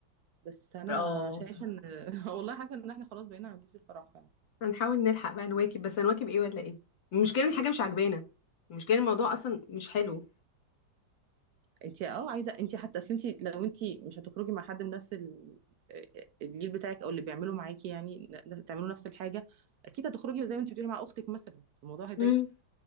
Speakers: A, on the right; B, on the left.
A: بس انا
B: اه
A: شايفه ان <laughs> والله حاسه ان احنا خلاص بقينا عجوز الفرح فعلا
B: هنحاول نلحق بقى نواكب بس هنواكب ايه ولا ايه المشكله إن الحاجه مش عاجبانا المشكله إن الموضوع اصلا مش حلو
A: انت اه عايزه انت حتى اصل انت لو انت مش هتخرجي مع حد من نفس ال- آه، الجيل بتاعك او اللي بيعملوا معاكي يعني ن- تعملوا نفس الحاجه اكيد هتخرجي زي ما انت بتقولي مع اختك مثلا الموضوع هيضايق
B: امم